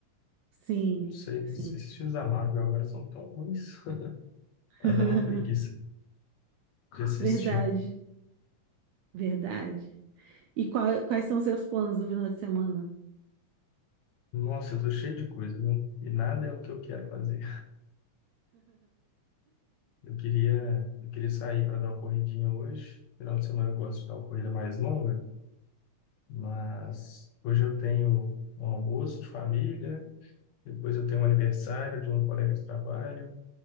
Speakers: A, on the right (about 80°); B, on the left (about 75°).
A: Sim,
B: Não sei, mas
A: sim.
B: esses filmes da Marvel agora são tão ruins. <laughs>
A: <laughs>
B: Tá dando uma preguiça de assistir.
A: Verdade, verdade. E qua- quais são seus planos do final de semana?
B: Nossa, eu tô cheio de coisa, viu? E nada é o que eu quero fazer. Eu queria, eu queria sair para dar uma corridinha hoje. Final de semana eu gosto de dar uma corrida mais longa. Mas hoje eu tenho um almoço de família, depois eu tenho um aniversário de um colega de trabalho,